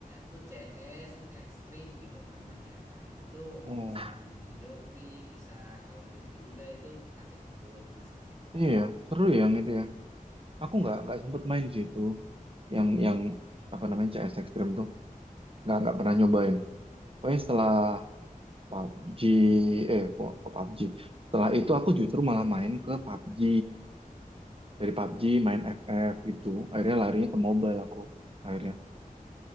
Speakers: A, on the right (about 20°); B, on the right (about 40°).
A: tuh CS Extreme gitu namanya nah itu tuh
B: oh,
A: bisa main mode zombie bisa ngelawan zombie juga itu asik dulu mas asik
B: iya, seru ya yang itu ya. Aku nggak nggak sempet main sih itu, yang yang apa namanya CS Extreme tuh, nggak nggak pernah nyobain. Pokoknya setelah P U B G, eh kok, kok P U B G. Setelah itu aku justru malah main ke P U B G. Dari P U B G main FF gitu. Akhirnya larinya ke mobile aku. Akhirnya.